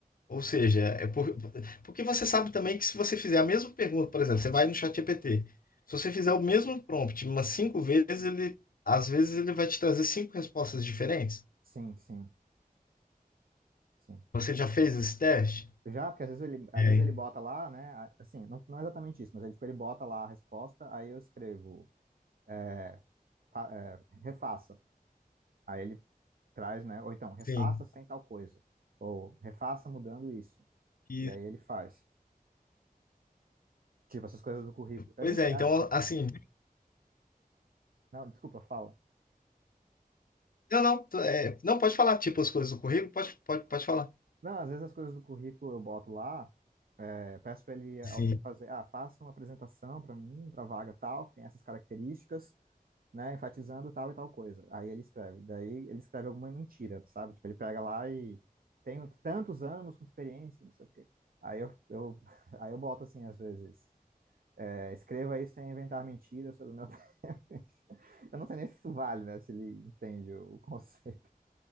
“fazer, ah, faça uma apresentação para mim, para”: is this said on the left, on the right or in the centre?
Right